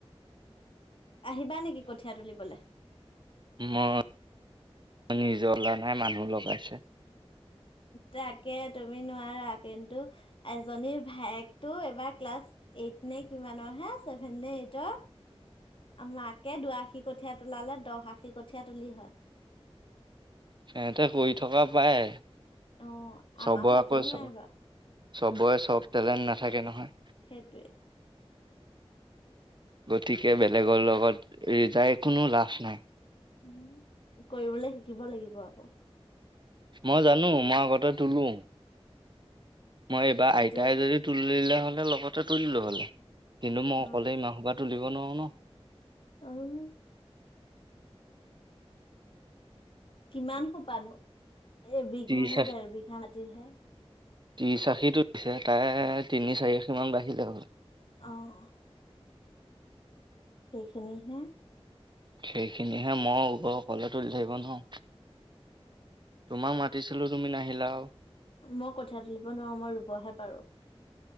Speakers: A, on the left (about 60°); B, on the right (about 50°).
A: আহিবা নেকি, কঠীয়া তুলিবলে?
B: ম <inaudible> নিজৰ লাইনহে মানুহ লগাইছে।
A: তাকে, তুমি নোৱাৰা। কিন্তু এজনীৰ ভায়েকটো এইবাৰ ক্লাছ এই এইট নে কিমানৰ হে, ছেভেন নে এইটৰ মাকে দুআশী কঠীয়া তোলালে, দহ আশী কঠীয়া তুলি হয়।
B: সিহঁতে কৰি থকা, পাৰে।
A: অ আমাৰ
B: চবৰে
A: ভাইটিও
B: আকৌ,
A: নোৱাৰে
B: চ-চবৰে
A: বাৰু
B: চব টেলেণ্ট নাথাকে নহয়।
A: সেইটোৱেই।
B: গতিকে, বেলেগৰ লগত ৰিযাই কোনো লাভ নাই।
A: উম কৰিবলৈ শিকিব লাগিব আকৌ।
B: মই জানো, মই আগতে তোলো। মই এইবাৰ
A: এতিয়া
B: আইতাই যদি তুলিলে হ'লে, লগতে তুলিলো হ'লে। কিন্তু
A: অ
B: মই অকলেই ইমান সোপা তুলিব নোৱাৰোঁ ন'।
A: অও' কিমান সোপা নো? এবিঘা
B: ত্ৰিশ
A: নে ডেৰ বিঘা মাটিৰহে।
B: ত্ৰিছ আশীটো তুলিছে, তাৰে তিনি চাৰি আশীমান বাঢ়িলে হলে।
A: অহ', সেইখিনি হে।
B: সেইখিনিহে মই <unintelligible> তুলি থাকিব নোৱাৰো। তোমাক মাতিছিলোঁ, তুমি নাহিলা আৰু।
A: মই কঠিয়া তুলিব নোৱাৰো, মই ৰুবহে পাৰো।